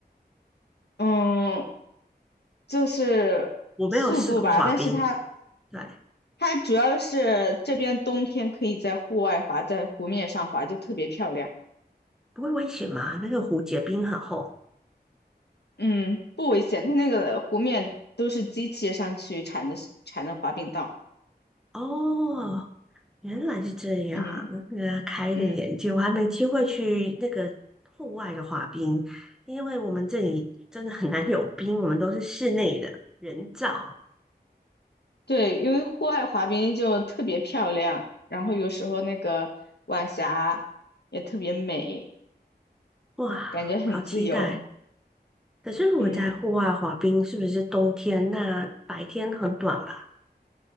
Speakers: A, on the left; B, in the centre.
A: 嗯，就是速度吧，
B: 我没有试过滑冰，
A: 但是它
B: 对，
A: 它主要是这边冬天可以在户外滑，在湖面上滑就特别漂亮。
B: 不会危险吗？那个湖结冰很厚。
A: 嗯，不危险，它那个湖面都是机器上去铲的铲的滑冰道。
B: 哦，原来是这样，
A: 嗯
B: 那个开一个眼界，
A: 嗯，
B: 我还没机会去那个户外的滑冰，因为我们这里真的很难有冰，我们都是室内的人造。
A: 对，因为户外滑冰就特别漂亮，然后有时候那个晚霞也特别美。
B: 哇，
A: 感觉很自由。
B: 好期待！可是如果在户外滑冰，
A: 嗯
B: 是不是冬天？那白天很短吧？